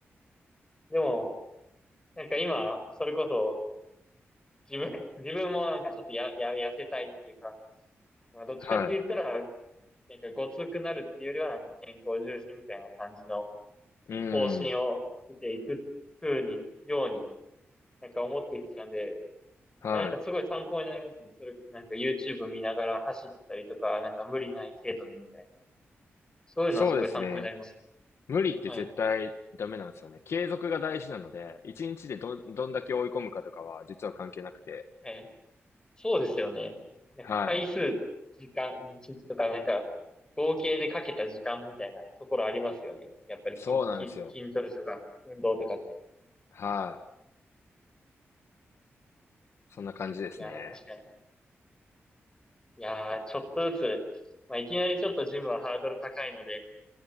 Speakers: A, on the left; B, on the left.
A: でも、なんか今、それこそ自分、<laughs> 自分もなんかちょっとや、や、痩せたいっていうか、まあどっちかって言ったら、
B: はい、う
A: なんかごつくなるっていうよりはなんか健康重視みたいな感じの
B: ーん、
A: 方針を立てていく風に、ように、なんか思ってきたんで、
B: はい。
A: や、なんかすごい参考になりますね。それ、なんか YouTube 見ながら走ったりとか、なんか無理ない程度にみたいな。そういうのはすごい参考になりますね。
B: そうですね。無理って絶対ダメなんですよね。
A: はい。
B: 継続が大事なので、一日でど、どんだけ追い込むかとかは実は関係なくて。
A: はい。そうですよね。なんか回数、
B: はい。
A: 時間、じとか、なんか、合計でかけた時間みたいなところありますよね。やっぱり筋、
B: そうなんですよ。
A: 筋、筋トレとか、運動とかって。
B: はい。そんな感じですね。
A: いやー、確かに。いやー、ちょっとずつ、まあ、いきなりちょっとジムはハードル高いので、